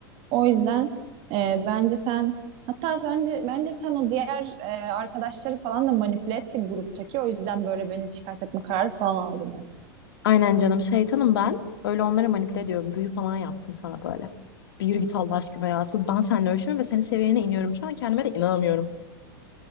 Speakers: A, on the right (about 45°); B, on the left (about 85°).
A: O yüzden e, bence sen hatta sence bence sen o diğer e, arkadaşları falan da manipüle ettin gruptaki. O yüzden böyle beni şikayet etme kararı falan aldınız.
B: Aynen canım şeytanım ben. Öyle onları manipüle ediyorum. Büyü falan yaptım sana böyle. Bir yürü git Allah aşkına ya. Asıl Ben seninle ölçüyorum ve senin seviyene iniyorum. Şu an kendime de inanamıyorum.